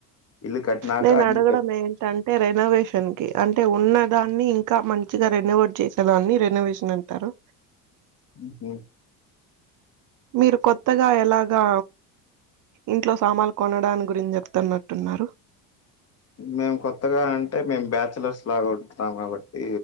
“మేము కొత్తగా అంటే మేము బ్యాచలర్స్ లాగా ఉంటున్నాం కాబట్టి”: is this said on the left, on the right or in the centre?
Left